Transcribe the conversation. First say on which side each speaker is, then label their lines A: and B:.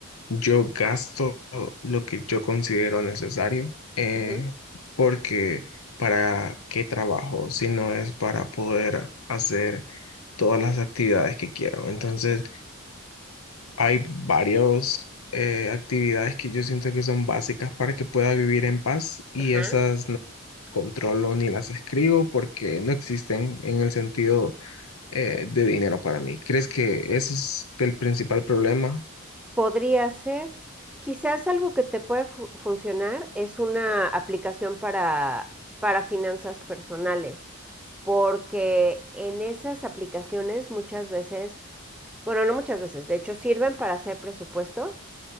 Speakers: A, on the left; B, in the centre.
A: yo gasto lo que yo considero necesario, eh,
B: Ujú,
A: porque ¿para qué trabajo si no es para poder hacer todas las actividades que quiero? Entonces... Hay varias actividades que yo siento que son básicas para que pueda vivir en paz y
B: Ajá.
A: esas no las controlo ni las escribo porque no existen en el sentido eh, de dinero para mí. ¿Crees que ese es el principal problema?
B: Podría ser, quizás algo que te puede fu- funcionar es una aplicación para, para finanzas personales, porque en esas aplicaciones muchas veces Bueno, no muchas veces. De hecho, sirven para hacer presupuestos.